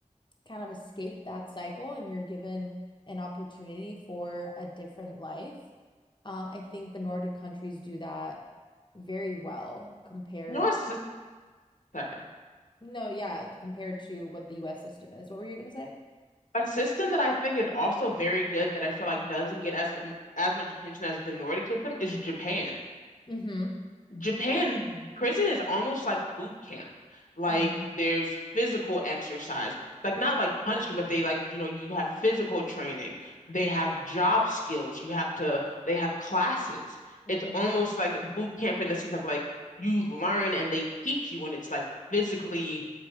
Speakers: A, on the left; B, on the left.
A: kind of escape that cycle and you're given an opportunity for a different life, uh, I think the Nordic countries do that very well compared
B: You know, a sys- sorry,
A: no, yeah, compared to what the US system is. What were you gonna say?
B: a system that I think is also very good that I feel like doesn't get as as much attention as the Nordic system is Japan.
A: Mm-hmm.
B: Japan
A: Yeah.
B: prison is almost like boot camp. Like
A: hmm
B: there's physical exercise, like not like punishment, but they like, you know, you have physical training, they have job skills, you have to, they have classes.
A: hmm
B: It's almost like boot camp in the sense of like you learn and they teach you, and it's like physically,